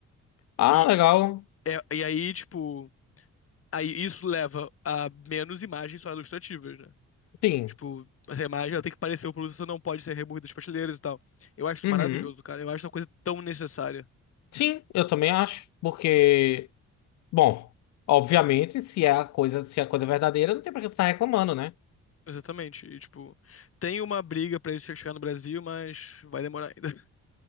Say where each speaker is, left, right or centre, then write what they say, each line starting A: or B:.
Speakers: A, on the left; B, on the left.
A: Ah,
B: E,
A: legal.
B: é- e aí, tipo. Aí isso leva a menos imagens só ilustrativas, né?
A: Sim.
B: Tipo, essa imagem ela tem que parecer o produto, você não pode ser removido das prateleiras e tal. Eu acho isso
A: Uhum.
B: maravilhoso, cara. Eu acho uma coisa tão necessária.
A: Sim, eu também acho, porque Bom, obviamente, se é a coisa, se é a coisa verdadeira, não tem pra que você estar reclamando, né?
B: Exatamente. E, tipo, tem uma briga pra isso chegar no Brasil, mas vai demorar ainda.